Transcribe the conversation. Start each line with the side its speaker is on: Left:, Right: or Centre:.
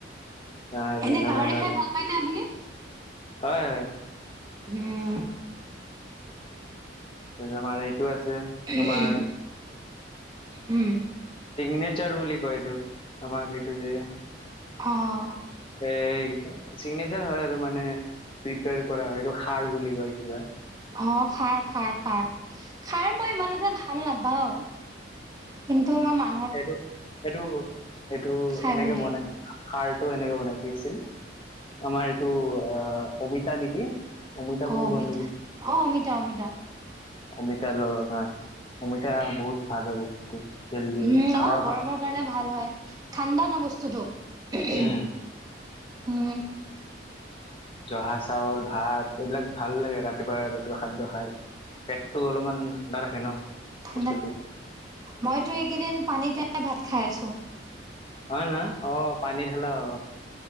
Left: তাৰপিছত
Right: এনে গাহৰি
Left: ওলাল
Right: খাই ভাল পায় নে আপুনি।
Left: হয় হয়।
Right: উম।
Left: আমাৰ এইটো আছে।
Right: উম
Left: আমাৰ
Right: উম।
Left: চিগনেচাৰ বুলি কয় এইটোক আমাক এইটো যে।
Right: অঁ।
Left: এ চিগনেচাৰ হয় আৰু মানে প্ৰিপয়াৰ কৰা হয় খাৰ বুলি কয় কিবা।
Right: অ খাৰ খাৰ খাৰ খাৰ মই ইমান এটা ভাল। ভাল নাপাও কিন্তু মই মা।
Left: এইটো এইটো এইটো
Right: খাই
Left: এনেকে
Right: বুলি
Left: বনাই। সাৰটো এনেকে বনাই কি আছিল আমাৰ এইটো আহ অমিতা নেকি? অমিতা বুলি
Right: অ অমিতা
Left: কয় নেকি
Right: অ অমিতা অমিতা।
Left: অমিতা লগত অমিতা বহুত ভাল হয় বস্তুটো।
Right: উম
Left: খাৰ
Right: অ গৰমৰ কাৰণে ভাল হয় ঠাণ্ডা ন বস্তুটো উহু উহু।
Left: উম
Right: উম।
Left: জহা চাউল ভাত এইবিলাক ভাল লাগে ৰাতিপুৱা ৰাতিপুৱা খাদ্য খাই। পেটটো অলপমান ঠাণ্ডা ৰাখে ন।
Right: <unintelligible>
Left: বস্তুটো
Right: মইতো এইকেইদিন পানীতোই ভাত খাই আছো।
Left: অ', নহ অ', পানী ঢালা অ'।